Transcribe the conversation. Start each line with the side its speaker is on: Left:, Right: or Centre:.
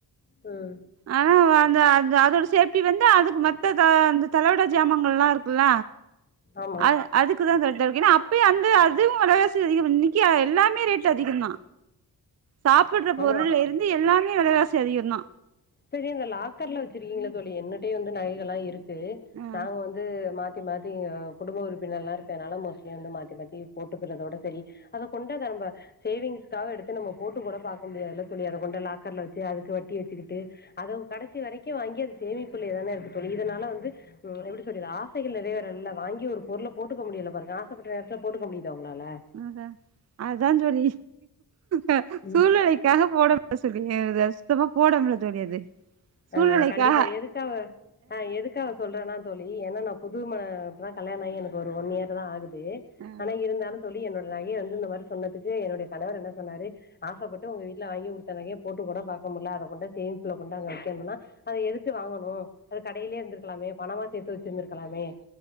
Left: ம்
Right: ஆனா அந்த அந்த அதோட சேஃப்டி வந்து அதுக்கு மத்த அந்த தலவிட ஜாமங்கள் எல்லா இருக் குல
Left: ஆமா.
Right: அத் அதுக்குதா கரெக்ட இரு ஏன்னா அப்யே அந்த அதுவு வெலவாசி அதிக இன்னிக்கி எல்லா இப்பமே ரேட் அதிக தா சாப்புற பொருளலிருந்து
Left: ஆமா
Right: எல்லாமே வெலவாசி அதிக தா
Left: செரி இந்த லாக்கர்ல வச்சிருக்கீங்களே தோழி என்னட்டயு வந்து நகைகள் எல்லா இருக்கு
Right: ஆ
Left: நாங்க வந் து மாத்தி மாத்தி குடும்ப உறுப்பினர்லா இருக்கனால மோஸ்ட்லி வந்து மாத்தி மாத்தி போட்டுக்கறதோட செரி அத கொண்டாந்து நம்ப சேவிங்ஸ்காக எடுத்து நம்ம போட்டு கூட பாக்க முடியாதுல்ல தோழி அத கொண்டு லாக்கர்ல வச்சி அதுக்கு வட்டிச்சிக்கி டு அத கடைசி வரைக்கு வாங்கி அது சேமிப்புலயே தானே இருக்கு தோழி இதனால வந்து ம் எப்டி சொல்லுது ஆசைகள் நிறை வேற இல்ல வாங்கி ஒரு பொருள போட்டுக்க முடியல பாருங்க ஆசைப்பட்ட நேரத்துல போட்டுக்க முடியுதா உங்களால
Right: அத அதா தோழி ஆ சூழ்நிலைக்காக
Left: ம்
Right: போட எப்ப சொல்றீங்க இத சுத்தமா போட முடியாது தோழி அது சூழ்நிலைக்காக
Left: ஆ கண்டிப்பா எதுக்காக ஆ எதுக்காக சொல்றேன்னா தோழி ஏன்னா நா புது ம இப்பதா கல்யாண ஆயி எனக்கு ஒரு ஒன் இயர் தா ஆகு து
Right: ஆ ஆ
Left: ஆனா இருந்தாலு தோழி என்னுடைய நகையை வந்து இந்த மாரி சொன்னதுக்கு என்னுடைய கணவர் என்ன சொன்னாரு ஆசைப்பட்டு உங்க வீட்டுல வாங்கி குடுத்த நகையை போட்டு கூட பாக்க முடியல அத கொண்டோய் சேமிப்புல கொண்டு அங்க என்னன்னா அத எதுக்கு வாங்கணு அது கடையிலயே இருந்திருக்கலாமே பணமா சேத்து வச்சுருந்திருக்கலாமே